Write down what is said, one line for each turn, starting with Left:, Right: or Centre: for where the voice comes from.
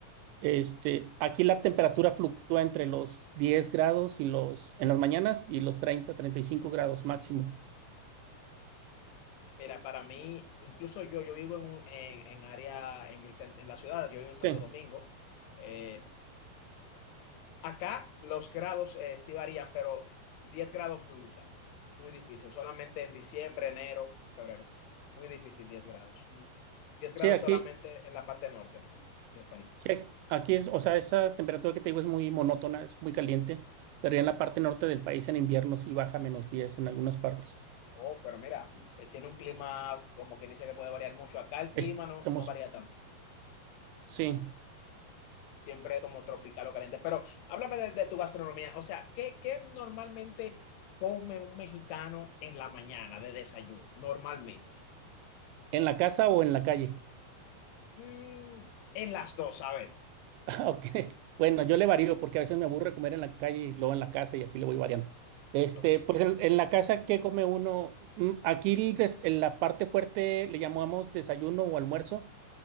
Right: Este, aquí la temperatura fluctúa entre los 10 grados y los, en las mañanas y los treinta, treinta y cinco grados máximo.
Left: Mira, para mí, incluso yo, yo vivo en, un- en, en área, en el, cen- en la ciudad, yo vivo en Santo
Right: Sí,
Left: Domingo. Eh, acá los grados eh, sí varían, pero 10 grados nunca. Muy difícil, solamente en diciembre, enero, febrero. Muy difícil 10 grados. 10 grados
Right: sí, aquí,
Left: solamente en la parte norte del país.
Right: sí, aquí es, o sea, esa temperatura que te digo es muy monótona, es muy caliente, pero ya en la parte norte del país en invierno sí baja a menos 10 en algunas partes.
Left: Oh, pero mira, eh, tiene un clima, como quien dice que puede variar mucho. Acá el clima
Right: Es
Left: no,
Right: hermoso.
Left: no varía tanto.
Right: Sí,
Left: siempre como tropical o caliente. Pero háblame de, de tu gastronomía. O sea, ¿qué, qué normalmente come un mexicano en la mañana de desayuno? Normalmente.
Right: en la casa o en la calle.
Left: Mm, en las dos, a ver.
Right: <laughs> Ok. Bueno, yo le varío porque a veces me aburre comer en la calle y luego en la casa y así le voy variando. Este,
Left: Ok,
Right: pues en, en la casa, ¿qué come uno? Mm, Aquí el des- en la parte fuerte le llamamos desayuno o almuerzo,